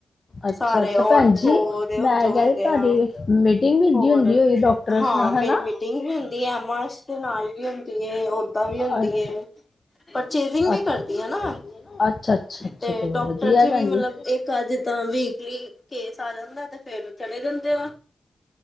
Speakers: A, on the left (about 45°); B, on the left (about 25°).
A: ਅੱਛਾ
B: ਸਾਰੇ
A: ਅੱਛਾ
B: ਓਰਥੋ
A: ਭੈਣ ਜੀ
B: ਦੇ
A: ਮੈਂ
B: ਓ ਜੋ
A: ਕਹਿ
B: ਹੁੰ-
A: ਰਹੀ
B: ਦੇ
A: ਤੁਹਾਡੀ
B: ਆ
A: ਮੀਟਿੰਗ ਵੀ
B: ਹੋਰ,
A: ਦੀ ਹੁੰਦੀ ਹੋਈ ਡਾਕਟਰਸ
B: ਹਾਂ
A: ਨਾਲ
B: ਮੇਰੀ
A: ਹਨਾ
B: ਮੀਟਿੰਗ ਵੀ ਹੁੰਦੀ ਐ ਐਮ ਆਰਸ ਦੇ ਨਾਲ ਵੀ ਓਦਾ ਵੀ ਹੁੰਦੀ
A: ਅ
B: ਏ। ਪਰਚੇਜਿੰਗ ਵੀ
A: ਅੱਛਾ
B: ਕਰਦੀ ਆ ਨਾ
A: ਅੱਛਾ ਅੱਛਾ
B: ਤੇ
A: ਚਲੋ
B: ਡਾਕਟਰ
A: ਵਧੀਆ
B: ਚ
A: ਭੈਣ
B: ਵੀ ਮਤਲਬ
A: ਜੀ
B: ਇੱਕ ਅੱਧ ਤਾ ਵੀਕਲੀ ਕੇਸ ਆ ਜਾਂਦਾ ਐ ਨਾ ਫੇਰ ਚ ਇਹਦੇ <inaudible> ਦਿੰਦੇ